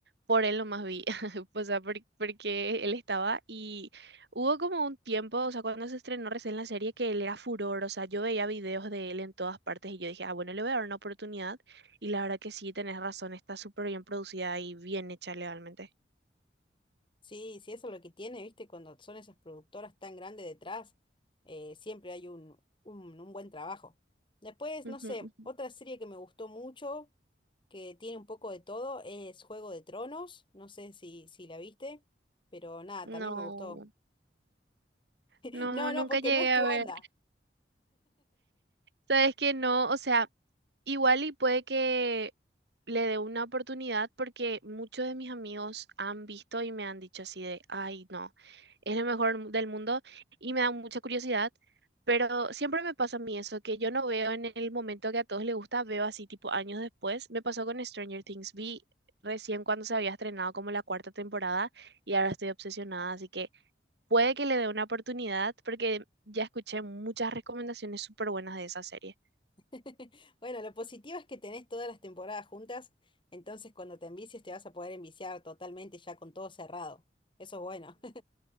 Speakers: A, on the right (about 65°); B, on the left (about 30°).
A: por él nomás vi, <laughs> o sea, por- porque él estaba y hubo como un tiempo, o sea, cuando se estrenó recién la serie que él era furor, o sea, yo veía videos de él en todas partes y yo dije, ah, bueno, le voy a dar una oportunidad y la verdad que sí, tenés razón, está súper bien producida y bien hecha legalmente.
B: Sí, sí, eso es lo que tiene, ¿viste? Cuando son esas productoras tan grandes detrás, eh, siempre hay un, un, un buen trabajo. Después,
A: Ujú.
B: no sé,
A: ujú.
B: otra serie que me gustó mucho. que tiene un poco de todo, es Juego de Tronos, no sé si, si la viste, pero nada,
A: No,
B: también me gustó. <laughs>
A: no,
B: No,
A: nunca
B: no, porque
A: llegué
B: no es tu
A: a
B: onda.
A: ver. Sabes que no, o sea, Igual y puede que le dé una oportunidad porque muchos de mis amigos han visto y me han dicho así de, ay, no, es lo mejor mu- del mundo y me da mucha curiosidad, pero siempre me pasa a mí eso, que yo no veo en el momento que a todos les gusta, veo así tipo años después. Me pasó con Stranger Things, vi recién cuando se había estrenado como la cuarta temporada y ahora estoy obsesionada, así que puede que le dé una oportunidad porque ya escuché muchas recomendaciones súper buenas de esa serie.
B: <laughs> Bueno, lo positivo es que tenés todas las temporadas juntas, entonces cuando te envicies te vas a poder enviciar totalmente ya con todo cerrado. Eso es bueno.